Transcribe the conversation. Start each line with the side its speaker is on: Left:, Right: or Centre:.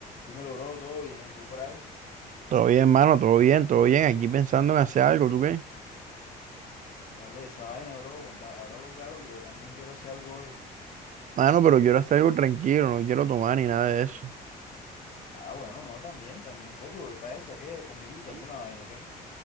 Left: Dímelo, bro, todo bien, ¿qué hay por ahí?
Right: Todo bien, mano, todo bien, todo bien. Aquí pensando en hacer algo, ¿tú qué?
Left: verde esa vaina, bro, cuenta, háblalo claro que yo también quiero hacer algo hoy.
Right: Mano, pero quiero hacer algo tranquilo, no quiero tomar ni nada de eso.
Left: Ah, bueno, no, también, también copio, voy para esa, ¿qué? Comidita,
Right: Sí,
Left: alguna vaina, ¿qué?